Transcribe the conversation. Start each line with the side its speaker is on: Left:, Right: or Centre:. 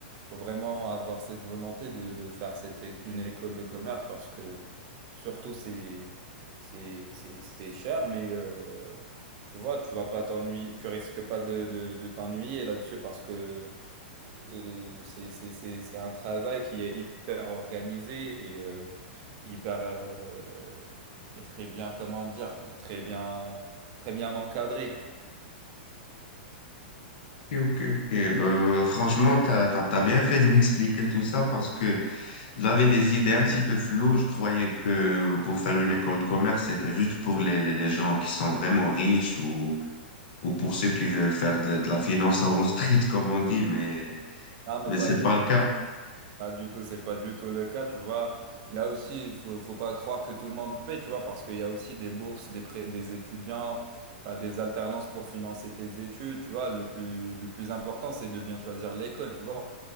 Right: faut vraiment avoir cette volonté de, de faire cette, é- une école de commerce parce que surtout c'est, c'est, c'est, c'est cher, mais euh, tu vois, tu vas pas t'ennuyer, tu risques pas de, de, de t'ennuyer là-dessus parce que Euh, c'est c'est- c'est- c'est un travail qui est hyper organisé et euh, hyper euh, et très bien, comment dire, très bien, très bien encadré.
Left: Ok, ok, ok. Ben, franchement, t'as, t'as, t'as bien fait de m'expliquer tout ça parce que j'avais des idées un petit peu floues. Je croyais que pour faire une école de commerce, c'était juste pour les, les, les gens qui sont vraiment riches ou ou pour ceux qui veulent faire de, de la finance à Wall Street, comme on dit, mais,
Right: Ah, mais
Left: mais
Right: pas
Left: c'est
Right: du
Left: pas
Right: tout,
Left: le cas.
Right: pas du tout, c'est pas du tout le cas, tu vois. Il y a aussi, il faut, faut pas croire que tout le monde paye, tu vois, parce qu'il y a aussi des bourses, des prêts des étudiants, tu as des alternances pour financer tes études, tu vois. Le plus, le plus important, c'est de bien choisir l'école, tu vois.